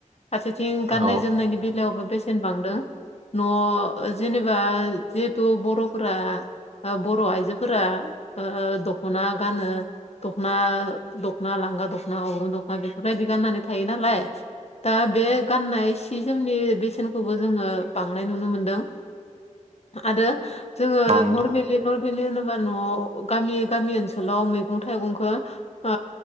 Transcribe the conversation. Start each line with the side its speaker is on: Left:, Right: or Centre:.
Left: फारसेथिं गाननाय
Right: औ
Left: जोमनायनि बेलायावबो बेसेन बांदों न' जेनेबा जिहेथु बर'फोरा ओ बर' आइजोफोरा ओ दख'ना गानो दख'ना लांगा दख'ना अग्रं दख'ना बेफोरबायदि गाननानै थायो नालाय दा बे गाननाय सि जोमनि बेसेनखौबो जोङो बांनाय नुनो मोनदों आरो जोङो
Right: औ नोंथां
Left: नर्मेल नरमेलि होनोबा न'आव गामि गामि ओनसोलाव मैगं थाइगंखौ ओ